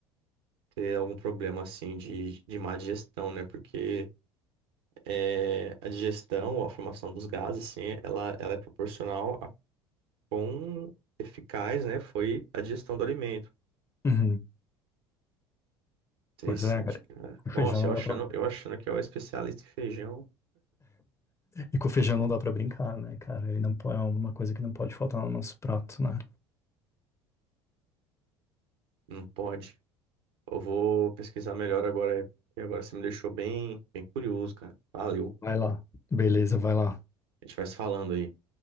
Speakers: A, on the right (about 65°); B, on the left (about 20°).
A: teria algum problema assim de, de má digestão, né? Porque é, a digestão, a formação dos gases, assim, ela, ela é proporcional quão eficaz, né, foi a digestão do alimento.
B: Uhum.
A: Interessante,
B: Pois é, cara.
A: cara.
B: Com
A: Nossa,
B: feijão não
A: eu achando,
B: dá pra...
A: eu achando que eu era especialista em feijão.
B: E com feijão não dá pra brincar, né, cara? Ele não... po- É uma coisa que não pode faltar no nosso prato, né?
A: Não pode. Eu vou pesquisar melhor agora, porque agora você me deixou bem, bem curioso, cara. Valeu.
B: Vai lá. Beleza, vai lá.
A: A gente vai se falando aí.